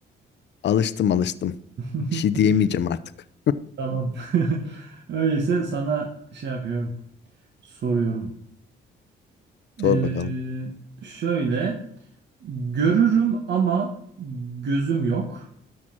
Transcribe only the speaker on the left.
Alıştım alıştım.
Bir şey diyemeyeceğim artık.
Sor
bakalım.